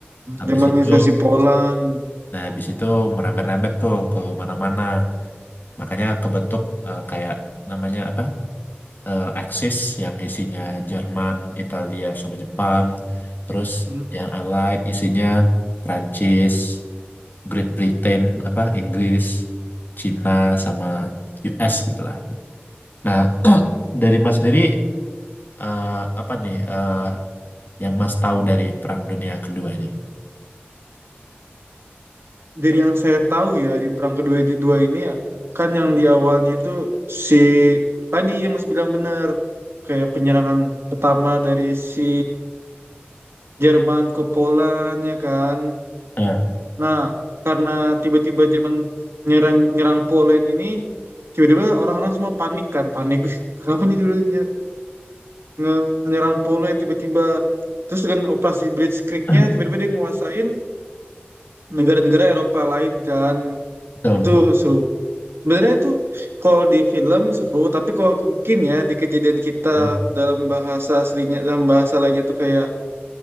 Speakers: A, on the left (about 50°); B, on the right (about 80°).
A: Habis
B: Zaman
A: itu
B: invasi Poland.
A: Nah, habis itu merembet-rembet tuh ke mana-mana. Makanya kebentuk eh, kayak namanya apa? Eh, Axis yang isinya Jerman, Italia sama Jepang. Terus
B: Hmm.
A: yang Allied isinya Prancis, Great Britain, apa Inggris, Cina sama US gitu lah. Nah, <clears throat> dari Mas sendiri eh, apa nih eh, yang Mas tahu dari Perang Dunia Kedua ini?
B: Dari yang saya tahu ya di perang kedua di dua ini ya kan yang di awalnya itu si tadi yang Mas bilang benar kayak penyerangan pertama dari si Jerman ke Poland ya kan.
A: Eh,
B: Nah, karena tiba-tiba Jerman nyerang nyerang Poland ini tiba-tiba orang-orang semua panik kan, panik. "Wih, Kenapa nih tiba-tiba nge- menyerang Poland tiba-tiba terus dengan operasi Blitz
A: <clears throat>
B: nya tiba-tiba dia nguasain negara-negara Eropa lain kan
A: betul
B: itu
A: betul.
B: seru sebenarnya itu kalau di film seru tapi kalau mungkin ya di kejadian kita
A: <clears throat>
B: dalam bahasa aslinya dalam bahasa lagi itu kayak